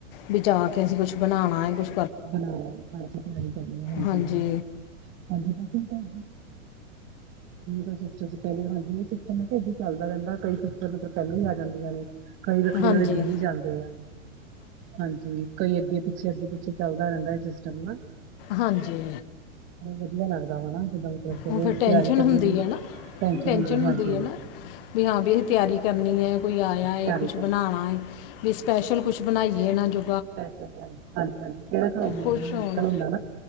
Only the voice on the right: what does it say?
ਬਣਾਣੀ ਹਜੀ
ਹਾਂਜੀ ਬਾਕੀ ਕਈ ਹਾਂਜੀ ਇਹ ਸਿਸਟ ਹੈ ਤੇ ਇੱਦਾਂ ਚੱਲਦਾ ਰਹਿੰਦਾ ਕਈ ਸਿਸਟਮ ਮਤਲਬ ਪਹਿਲਾਂ ਹੀ ਆ ਜਾਂਦੀਆਂ ਨੇ ਕਈ ਰੱਖੜੀ
ਵਾਲੇ ਦਿਨ ਹੀ ਜਾਂਦੇ ਆ ਹਾਂਜੀ ਕਈ ਅੱਗੇ ਪਿੱਛੇ ਅੱਗੇ ਪਿੱਛੇ ਚੱਲਦਾ ਰਹਿੰਦਾ ਸਿਸਟਮ ਨਾ
ਵਧੀਆ ਲੱਗਦਾ ਵਾ ਨਾ ਮਤਲਬ ਚਲੋ
ਤਿਆਰੀ ਕਰਨੀ
ਦੀ ਹੁੰ
ਹਾਂਜੀਾਂ
ਤਿਆਰੀ
ਕਰਨੀ
ਹਾਂ ਹਾਂਜੀ ਕਿਹੜਾ
ਨਿਕਲ ਹੁੰਦਾ